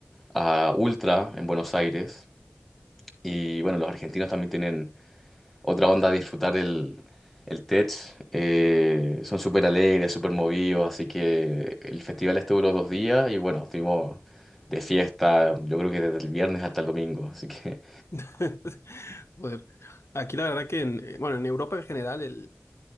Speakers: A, in the centre; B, on the left (about 75°).
A: a Ultra en Buenos Aires. Y bueno, los argentinos también tienen otra onda de disfrutar el, el Tech. Eh, son súper alegres, súper movidos, así que el festival este duró dos días y bueno, estuvimos de fiesta, yo creo que desde el viernes hasta el domingo, así que...
B: <laughs> Joder. Aquí la verdad que en, eh, bueno, en Europa en general el,